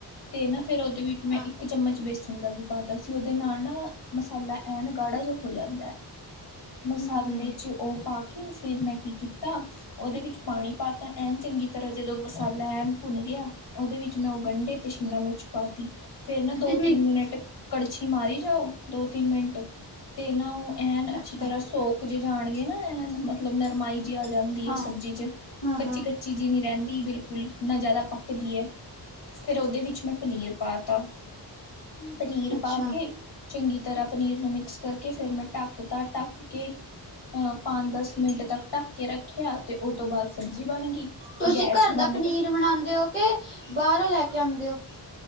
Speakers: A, on the left (about 60°); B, on the left (about 25°).
A: ਤੇ ਨਾ ਫੇਿਰ ਉਹਦੇ ਵਿੱਚ
B: ਹਾਂ
A: ਮੈਂ ਇੱਕ ਚਮਚ ਬੇਸਣ ਦਾ ਵੀ ਪਾਤਾ ਸੀ, ਉਹਦੇ ਨਾਲ ਨਾ ਮਸਾਲਾ, ਐਨ ਗਾੜਾ ਜਿਹਾ ਹੋ ਜਾਂਦਾ।
B: ਹੂੰ-ਹੂੰ
A: ਮਸਾਲੇ ਚ ਉਹ ਪਾ ਕੇ, ਫਿਰ ਮੈਂ ਕੀ ਕੀਤਾ ਉਹਦੇ ਵਿੱਚ ਪਾਣੀ ਪਾ ਤਾ, ਐਨ ਚੰਗੀ ਤਰ੍ਹਾਂ ਜਦੋਂ ਮਸਾਲਾ ਐਨ ਭੁੰਨ ਗਿਆ। ਉਹਦੇ ਵਿੱਚ ਮੈਂ ਉਹ ਗੰਢੇ ਤੇ ਸ਼ਿਮਲਾ ਮਿਰਚ ਪਾਤੀ ਫੇਰ ਨਾ
B: ਕਿੰਨੇ
A: ਦੋ ਤਿੰਨ ਮਿੰਟ ਕੜਛੀ ਮਾਰੀ ਜਾਓ ਦੋ ਤਿੰਨ ਮਿੰਟ ਤੇ ਨਾ ਉਹ ਐਨ
B: ਅੱਛਾ-ਅੱਛਾ
A: ਅੱਛੀ ਤਰ੍ਹਾਂ ਸੋਕ ਜੇ ਜਾਣਗੇ ਨਾ ਐਨ ਮਤਲਬ ਨਰਮਾਈ ਆ ਜਾਂਦੀ
B: ਹਾਂ
A: ਹੈ ਸਬਜ਼ੀ ਚ
B: ਹਾਂ-ਹਾਂ
A: ਕੱਚੀ, ਕੱਚੀ ਜੀ ਨੀ ਰਹਿੰਦੀ ਬਿਲਕੁਲ, ਨਾ ਜਿਆਦਾ ਪ ਦੀ ਹੈ ਫਿਰ ਉਹਦੇ ਵਿੱਚ ਮੈਂ ਪਨੀਰ ਪਾ ਤਾ, ਪਨੀਰ
B: ਅੱਛਾ-ਅੱਛਾ
A: ਪਾ ਕੇ ਚੰਗੀ ਤਰ੍ਹਾਂ ਪਨੀਰ ਨੂੰ ਮਿਕਸ ਕਰਕੇ ਫਿਰ ਮੈਂ ਢੱਕ ਤਾ, ਢੱਕ ਕੇ ਅਹ ਪਾਉਣ ਦਾ ਮਿੰਟ ਤੱਕ ਢੱਕ ਕੇ ਰੱਖਿਆ ਤੇ ਉਹ ਤੋਂ ਬਾਅਦ ਸਬਜ਼ੀ ਬਣ ਗਈ।
B: ਤੁਸੀਂ
A: ਗੈਸ
B: ਘਰ ਦਾ
A: ਬੰਦ
B: ਪਨੀਰ
A: ਕਰ
B: ਬਣਾਉਂਦੇ ਹੋ ਕੇ ਬਾਹਰੋਂ ਲੈ ਕੇ ਆਉਂਦੇ ਹੋ।